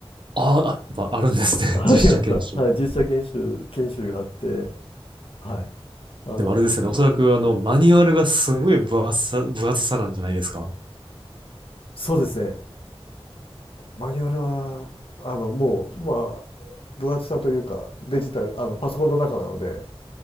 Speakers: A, on the right; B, on the left.
A: あーあ、やっぱあるんですね。
B: ありました。
A: <laughs> 実写研修。
B: はい、実車研修、研修があって、はい、あの、
A: でもあれですよね。
B: 一応、
A: おそらくあの、マニュアルがすごい分厚さ、分厚さなんじゃないですか。うん
B: そうですねマニュアルはあのもうま分厚さというかデジタルあのパソコンの中なので